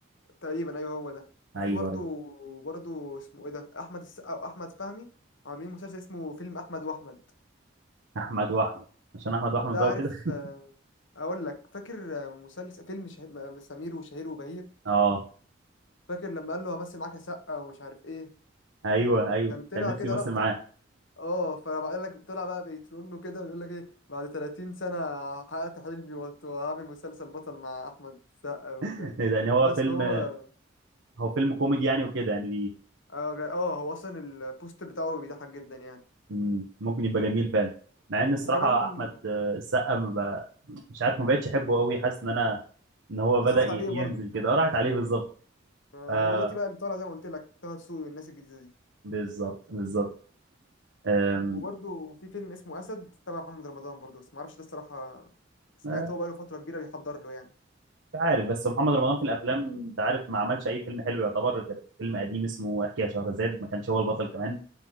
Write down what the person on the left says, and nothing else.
تقريبا ايوه هو ده وفي
برضه
برضه اسمه ايه ده احمد السقا واحمد فهمي عاملين مسلسل اسمه فيلم احمد واحمد
ده
عارف
آه، اقول لك فاكر آه، مسلسل فيلم شه... م- سمير وشهير وبهير
فاكر لما قال له همثل معاك يا سقا ومش عارف ايه
كان طلع
كده
لقطة
اه فبقول لك طلع بقى بيترول له كده ويقول لك ايه بعد 30 سنة حققت حلمي وهت- وهعمل مسلسل بطل مع احمد السقا وبتاع
بس
فهو
اه جا- آه، هو اصلا البوستر بتاعه بيضحك جدا يعني
وكمان
حاسس
راحت
عليه
برضه
آه،
هو دلوقتي بقى اللي طالع زي ما قلت لك طه دسوقي والناس الجديده دي
وبرضه في فيلم اسمه اسد تبع محمد رمضان برضه بس ما اعرفش ده الصراحه سمعت
هو بقاله فتره كبيره بيحضر له يعني